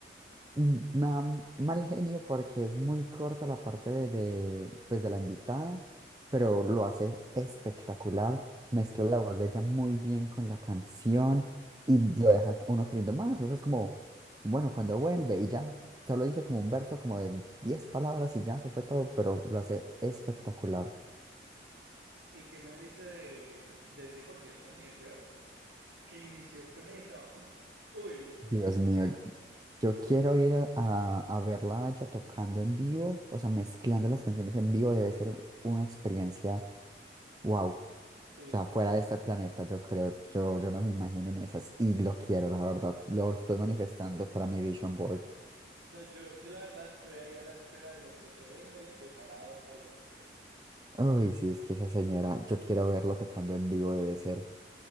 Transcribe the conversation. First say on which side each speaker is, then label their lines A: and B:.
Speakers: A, on the right; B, on the right.
A: Mm, Me da mal genio porque es muy corta la parte de, de, pues de la invitada,
B: Ajá.
A: pero lo hace espectacular. Mezcla la voz de ella muy bien con la canción y lo deja uno queriendo más. O sea, es como, bueno, cuando vuelve y ya, solo dice como un verso como de 10 palabras y ya, eso fue todo, pero lo hace espectacular.
B: ¿Y qué me dice de, de ese concierto en New York? Que inició con eso. Uy,
A: Dios
B: qué cosa
A: mío,
B: tan loca.
A: yo quiero ir a, a- a verla a ella tocando en vivo, o sea, mezclando las canciones en vivo debe ser una experiencia, wow. O
B: Sí.
A: sea, fuera de este planeta, yo creo, yo, yo no me imagino en esas y lo quiero, la verdad, lo estoy manifestando para mi vision board.
B: No, yo, yo la verdad estoy ahí a la espera de lo que se venga y preparado para lo que sea.
A: Uy, sí, es que esa señora, yo quiero verla tocando en vivo, debe ser